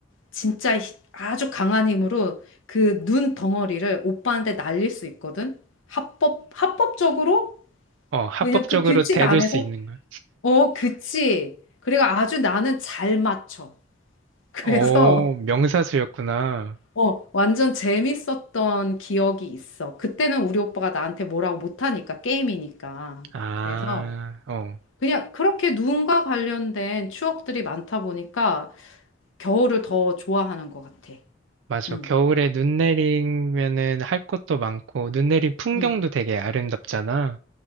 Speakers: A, on the left; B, on the right.
A: 진짜 히- 아주 강한 힘으로 그 눈 덩어리를 오빠한테 날릴 수 있거든? 합법, 합법적으로?
B: 어, 합법적으로
A: 왜냐면 그 규칙
B: 대들
A: 안에서?
B: 수 있는 거야.
A: 어, 그치. 그리고 아주 나는 잘 맞춰. <laughs> 그래서
B: 어, 명사수였구나.
A: 어, 완전 재밌었던 기억이 있어. 그때는 우리 오빠가 나한테 뭐라고 못하니까, 게임이니까.
B: 아,
A: 그래서
B: 어,
A: 그냥 그렇게 눈과 관련된 추억들이 많다 보니까 겨울을 더 좋아하는 것 같아.
B: 맞아.
A: 응,
B: 겨울에 눈 내리면은 할 것도 많고, 눈 내린 풍경도
A: 응,
B: 되게 아름답잖아.